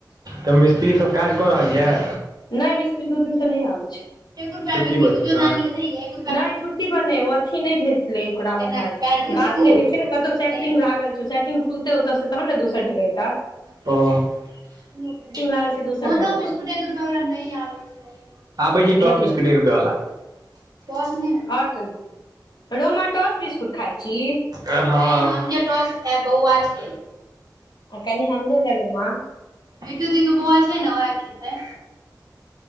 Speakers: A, on the right; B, on the left.
A: तऽ मिस्त्री सब काज कऽ रहल यऽ
B: नहि मिस्त्री दू दिन सँ नहि आबै छै
A: एक रुपैया तेहिन तऽ <unintelligible>
B: नहि छुट्टी पर नहि ओ अथी नहि भेज ओकरा
A: जेना
B: उम्हर
A: कि पैर
B: बात के छै ने कत‌उ
A: नहि
B: सैटरिगं
A: एतै
B: लागल छै सैटरिगं खुलते ओतऽ से तहन ने दोसर जगह एतऽ
A: त <inaudible> <unintelligible>
B: लागल छै दोसर ठाम ओकर
A: आबई
B: बुझलियै
A: टस बिस्कूट कि रुपआला <unintelligible>
B: <inaudible>
A: टासने <unintelligible>
B: और कहियौ रोमा टस बिस्कुट खाइ छी
A: गय ह हम नई टस खेब छै बहु आ छै <unintelligible>
B: आ कनि हमरो ले रोमा
A: बिटू दी के बौआ छै ने ओएह खेतै